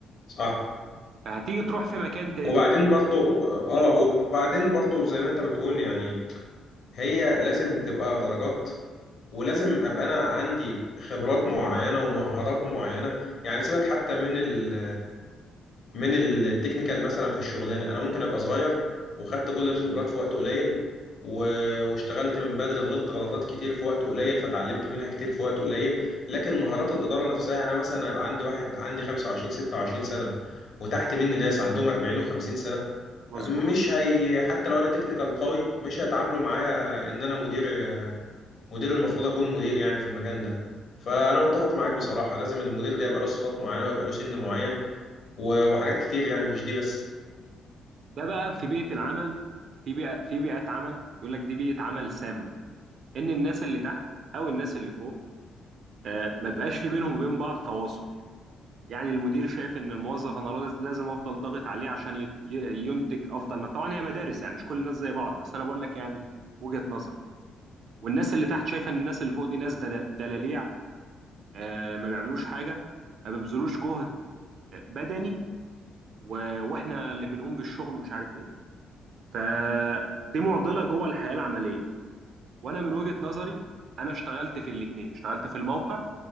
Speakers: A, on the left (about 60°); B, on the right (about 65°).
A: صح
B: فهتيجي تروح في مكان تاني
A: وبعدين برضو اه
B: مم.
A: آه، وبعدين برضو زي ما انت بتقول يعني هي لازم تبقى درجات ولازم ابقى انا عندي خبرات معينه ومهارات معينه يعني سيبك حتى من ال من التكنيكال مثلا في الشغلانه انا ممكن ابقى صغير وخدت كل الخبرات في وقت قليل و- واشتغلت من بدري غلطت غلطات كتير في وقت قليل فتعلمت منها كتير في وقت قليل لكن مهارات الاداره نفسها يعني انا مثلا هيبقى عندي واحد عندي 25 26 سنه وتحت مني ناس عندهم 40 و50 سنه
B: مظبوط
A: مش هي حتى لو انا تكنيكال قوي مش هيتعاملوا معايا ان انا مدير مدير المفروض اكون مدير يعني في المكان ده فانا متفق معاك بصراحة لازم المدير ده يبقى له صفات معينة ويبقى له سن معين و- وحاجات كتير يعني مش دي بس
B: ده بقى في بيئة العمل في بيئة في بيئات عمل يقول لك دي بيئة عمل سامة إن الناس اللي تحت أو الناس اللي فوق آه، ما بيبقاش في بينهم وبين بعض تواصل يعني المدير شايف إن الموظف أنا لاز- لازم أفضل ضاغط عليه عشان يت- ي- ينتج أفضل ما طبعا هي مدارس يعني مش كل الناس زي بعض بس أنا بقول لك يعني وجهة نظر والناس اللي تحت شايفة إن الناس اللي فوق دي ناس دل- دلاليع آه، ما بيعملوش حاجة ما بيبذلوش جهد آه، بدني و- وإحنا اللي بنقوم بالشغل ومش عارف إيه فدي معضلة جوه الحياة العملية وانا من وجهة نظري انا اشتغلت في الاتنين اشتغلت في الموقع